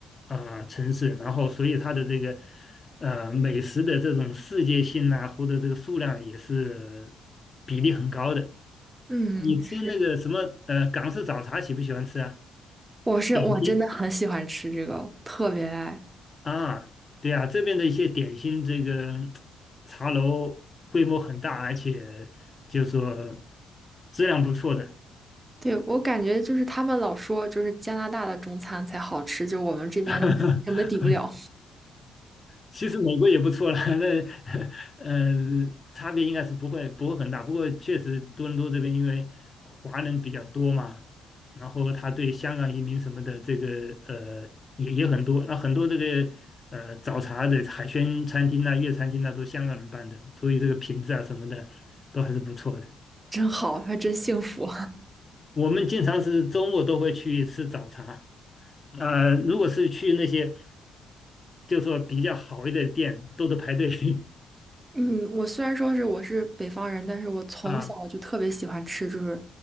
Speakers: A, on the left (about 30°); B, on the right (about 20°).
A: 啊、城市，然后所以它的这个呃美食的这种世界性啊，或者这个数量也是比例很高的。
B: 嗯，
A: 你吃那个什么呃港式早茶喜不喜欢吃啊？
B: 是，我是我真的很喜欢吃这个，
A: 点心
B: 特别爱。
A: 啊，对啊，这边的一些点心，这个茶楼规模很大，而且就说质量不错的。
B: 对，我感觉就是他们老说就是加拿大的中餐才好吃，就我们这边根本抵不了，
A: <laughs> 其实美国也不错了，<laughs> 那呃差别应该是不会不会很大，不过确实多伦多这边因为华人比较多嘛，然后他对香港移民什么的这个呃也也很多，那很多这个呃早茶的海鲜餐厅啊、粤餐厅啊都香港人办的，所以这个品质啊什么的都还是不错的。
B: 真好，还真幸福。
A: 我们经常是周末都会去吃早茶。呃，如果是去那些就说比较好一点的店，都得排队 <laughs>
B: 嗯，我虽然说是我是北方人，但是我从小就特别喜欢吃，
A: 啊。
B: 就是